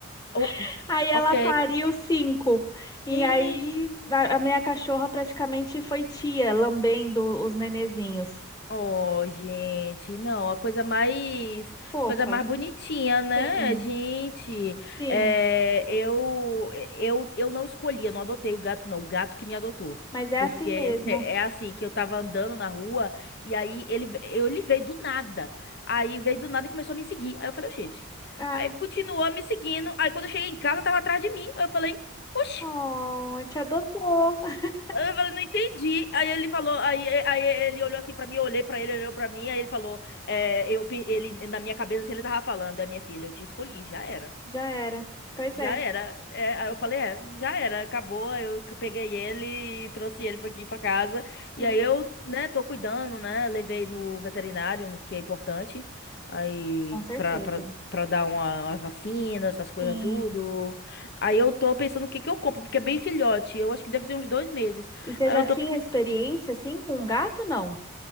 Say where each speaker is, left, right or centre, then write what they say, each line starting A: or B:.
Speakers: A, on the left; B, on the left.
A: oh,
B: <laughs> Aí
A: ok.
B: ela pariu cinco. E
A: Ei.
B: aí a, a minha cachorra praticamente foi tia, lambendo os nenezinhos.
A: Oh, gente, não, a coisa mais,
B: Fofa.
A: coisa mais bonitinha, né,
B: Sim,
A: gente?
B: sim.
A: É, eu, eu, eu não escolhi, eu não adotei o gato, não, o gato que me adotou.
B: Mas é
A: Porque
B: assim mesmo.
A: <laughs> é assim, que eu tava andando na rua e aí ele, ve- eu, ele veio do nada. Aí veio do nada e começou a me seguir. Aí eu falei, gente.
B: Ah,
A: Aí continuou me seguindo. Aí quando eu cheguei em casa, tava atrás de mim. Aí eu falei, oxi.
B: oh, te adotou. <laughs>
A: Aí Eu falei, não entendi. Aí ele falou, aí, aí ele olhou assim pra mim, eu olhei pra ele, ele olhou pra mim, aí ele falou, é, eu, pe- ele, na minha cabeça, assim, ele tava falando, é minha filha, eu te escolhi, já era.
B: Já era. Pois
A: Já
B: é.
A: era. É, aí eu falei, é, já era, acabou. Aí Eu que peguei ele e trouxe ele pra aqui pra casa. E
B: Uhum.
A: aí eu, né, tô cuidando, né? Levei no veterinário, que é importante, aí
B: Com certeza.
A: pra, pra, pra dar uma, uma vacina, essas coisas
B: Sim.
A: tudo. Aí eu tô pensando o que que eu compro, porque é bem filhote. Eu acho que deve ter uns dois meses.
B: E você
A: Aí
B: já
A: eu
B: tinha
A: tô
B: experiência assim com um gato, não?